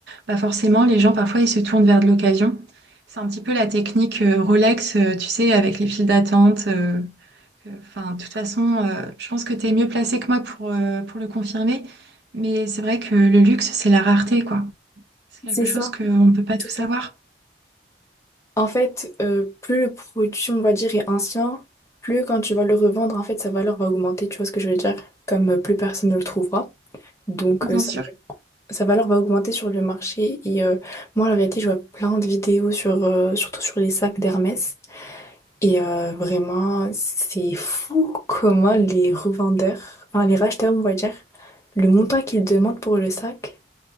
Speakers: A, on the right; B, on the left.
A: bah forcément, les gens, parfois, ils se tournent vers de l'occasion. C'est un petit peu la technique euh, Rolex, euh, tu sais, avec les files d'attente. euh, que- Enfin, de toute façon, euh, je pense que tu es mieux placé que moi pour, euh, pour le confirmer. Mais c'est vrai que le luxe, c'est la rareté, quoi. C'est quelque
B: C'est
A: chose
B: ça,
A: qu'on ne peut pas tout
B: c'est
A: savoir,
B: ça. En fait, euh, plus le produit, on va dire, est ancien, plus quand tu vas le revendre, en fait, sa valeur va augmenter, tu vois ce que je veux dire? Comme euh, plus personne ne le trouvera. Donc,
A: bien
B: euh, sa,
A: sûr.
B: sa valeur va augmenter sur le marché. Et euh, moi, la vérité, je vois plein de vidéos sur, euh, surtout sur les sacs d'Hermès. Et euh, vraiment, c'est fou comment les revendeurs, enfin les racheteurs, on va dire, le montant qu'ils demandent pour le sac,